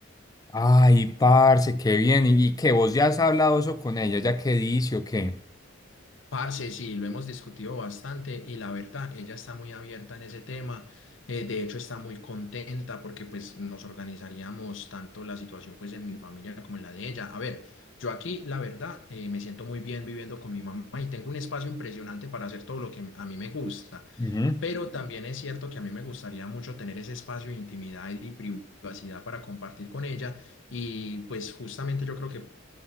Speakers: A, on the left; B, on the left.
A: Ay, parce, qué bien. ¿Y, y qué? ¿Vos ya has hablado eso con ella? ¿Ya qué dice o qué?
B: Parce, sí, lo hemos discutido bastante y la verdad, ella está muy abierta en ese tema. eh, de hecho, está muy contenta porque pues nos organizaríamos tanto la situación pues en mi familia como en la de ella. A ver, yo aquí, la verdad, eh, me siento muy bien viviendo con mi mamá y tengo un espacio impresionante para hacer todo lo que a mí me gusta.
A: Ujú.
B: Pero también es cierto que a mí me gustaría mucho tener ese espacio de intimidad y privacidad para compartir con ella. Y pues justamente yo creo que